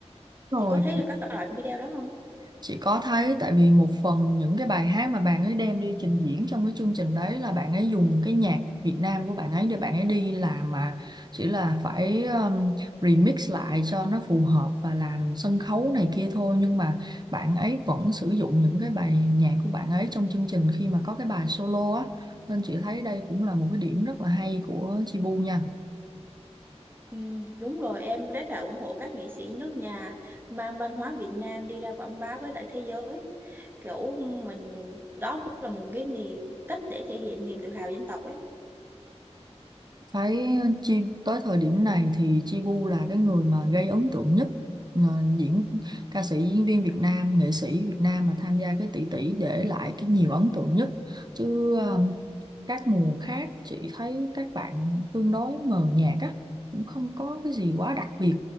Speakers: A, on the right; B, on the right.
A: Rồi,
B: chị có thấy được các loại video đó không
A: chị có thấy tại vì một phần những cái bài hát mà bạn ấy đem đi trình diễn trong cái chương trình đấy là bạn ấy dùng cái nhạc Việt Nam của bạn ấy để bạn ấy đi làm mà chỉ là phải um, remix lại cho nó phù hợp và làm sân khấu này kia thôi nhưng mà bạn ấy vẫn sử dụng những cái bài nhạc của bạn ấy trong chương trình khi mà có cái bài solo á nên chị thấy đây cũng là một cái điểm rất là hay của Chibu nha.
B: ừ, đúng rồi em rất là ủng hộ các nghệ sĩ nước nhà mang văn hóa Việt Nam đi ra quảng bá với lại thế giới kiểu mình đó cũng là một cái gì cách để thể hiện niềm tự hào dân tộc ấy
A: Thấy Chi tới thời điểm này thì Chi Bu là cái người mà gây ấn tượng nhất ờ, diễn ca sĩ diễn viên Việt Nam nghệ sĩ Việt Nam mà tham gia cái tỷ tỷ để lại cái nhiều ấn tượng nhất chứ ờ, các mùa khác chị thấy các bạn tương đối mờ nhạt á cũng không có cái gì quá đặc biệt